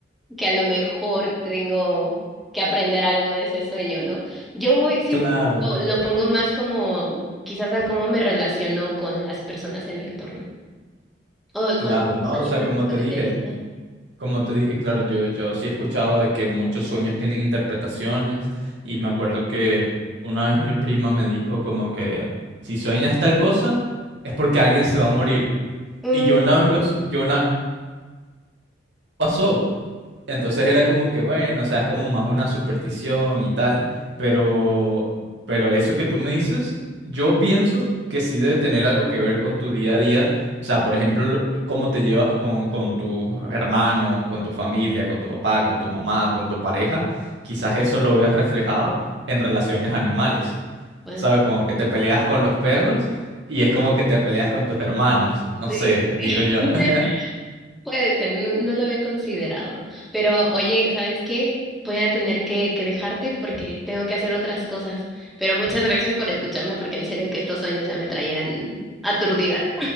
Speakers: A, in the centre; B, on the right.
A: que a lo mejor tengo que aprender algo de ese sueño, ¿no? Yo voy, siempre
B: Claro,
A: lo, lo pongo más como quizás al cómo me relaciono con las personas en mi entorno o
B: claro,
A: con
B: ¿no?
A: los animales,
B: O sea, como
A: lo
B: te
A: que
B: dije,
A: te decía.
B: Como te dije, claro, yo, yo sí he escuchado de que muchos sueños tienen interpretaciones y me acuerdo que una vez mi prima me dijo como que si sueñas tal cosa es porque alguien se va a morir.
A: Mm,
B: Y yo una vez los, yo una pasó. Entonces era como que, bueno, o sea, es como más una superstición y tal, pero, pero eso que tú me dices, yo pienso que sí debe tener algo que ver con tu día a día. O sea, por ejemplo, cómo te llevas con, con tus hermanos, con tu familia, con tu papá, con tu mamá, con tu pareja. Quizás eso lo veas reflejado en relaciones animales.
A: Bueno,
B: ¿Sabes?
A: ta-
B: Como que te peleas con los perros
A: ta-
B: y es como que te peleas con tus hermanos. No
A: sí,
B: sé,
A: sí.
B: digo yo.
A: <laughs>
B: <laughs>
A: Puede ser, no, no lo había considerado. Pero oye, ¿sabes qué? Voy a tener que, que dejarte porque tengo que hacer otras cosas. Pero muchas gracias por escucharme porque en serio que estos sueños ya me traían aturdida.